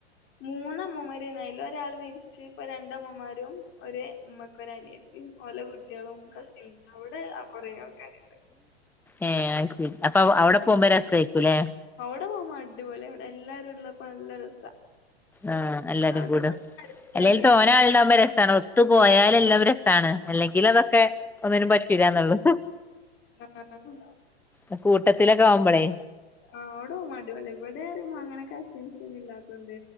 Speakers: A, on the left (about 35°); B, in the centre.
A: മൂന്നമ്മമാരുംന്നായില്ല ഒരാള് മരിച്ച് ഇപ്പൊ രണ്ടമ്മമാരും ഒ അമ്മക്ക് ഒരനിയ ഓല കുട്ട്യാ ളും കസിൻസും അവിടെ കൊറെ ആൾക്കാരുണ്ട്.
B: ഏ അത്ശരി അപ്പൊ അ അവിടെ പോകുമ്പോ രസായിരിക്കും ല്ലേ
A: അവിടെ പോകുമ്മ അടിപൊളിയാ അവിടെ എല്ലാരും ഉള്ളപ്പോ നല്ല രസാ
B: ആ എല്ലാരും
A: അത്
B: കൂട
A: ഇവടെ അടുത്ത്
B: അല്ലേൽ
A: തന്നേണ്
B: തോന ആൾണ്ടാവുമ്പോ രസാണ്. ഒത്തു പോയാലെല്ലാവരും
A: ആഹ്
B: രസാണ് അല്ലെങ്കിൽ അതൊ ക്കെ ഒന്നിനും പറ്റില്ലാന്നുള്ളു
A: ആഹ്
B: അ സൂട്ടത്തിലൊക്കെ ആവുമ്പൊളേ
A: ആ അവിടോ അടിപൊളി എവിടെ ആരൂല്ല അങ്ങനെ കസിൻസൊന്നും ഇല്ലാത്തോണ്ട്